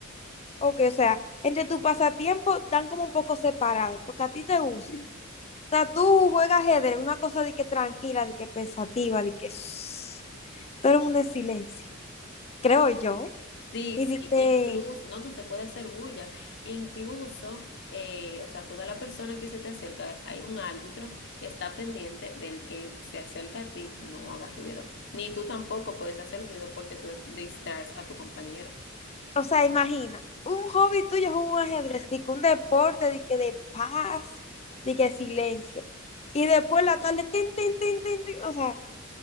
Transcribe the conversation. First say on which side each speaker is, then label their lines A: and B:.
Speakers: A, on the left (about 30°); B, on the left (about 60°).
A: Ok, o sea, entre tu pasatiempo están como un poco separados, porque a ti te gusta.
B: <laughs>
A: O sea, tú juegas ajedrez, una cosa de que tranquila, de que pensativa, de que shh, todo el mundo en silencio, creo yo, ¿eh?
B: Sí,
A: Y
B: sí,
A: de que,
B: incluso, no, no se puede hacer bulla. Incluso, eh, o sea, toda la persona que se te acerca, hay un árbitro que está pendiente del que se acerca a ti, no hagas ruido. Ni tú tampoco puedes hacer ruido porque tú distraes a tu compañero.
A: o sea, imagina, un hobby tuyo es un ajedrez, de que un deporte, de que de paz, de que silencio. Y después la tarde, tin, tin, tin, tin, tin, o sea,